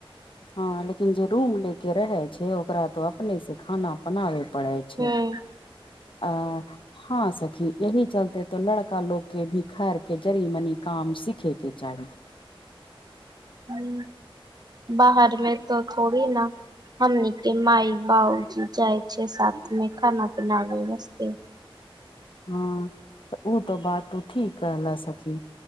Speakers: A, on the left; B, on the right.
A: हँ लेकिन जे रूम ले के रहे छै ओकरा तो अपने से खाना बनाबे पड़ै छै
B: हूँ
A: आ हँ सखी यही चलते तो लड़का लोग के भी घर के जड़ी मनी काम सीखे के चाही
B: ह बाहरमे तऽ थोड़ी न हमनीके माय बाउजी जाइ छै साथ मे खाना बनाबे वास्ते
A: हँ तऽ ओ तऽ बात तू ठीक कह ल सखी